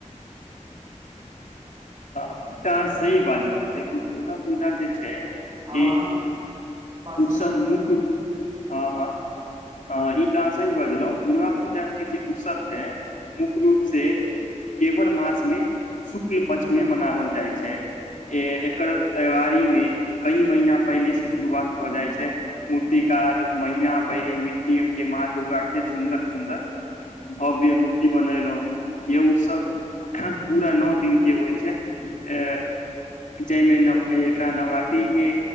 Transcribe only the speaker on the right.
आब
अहाँ बाजियौ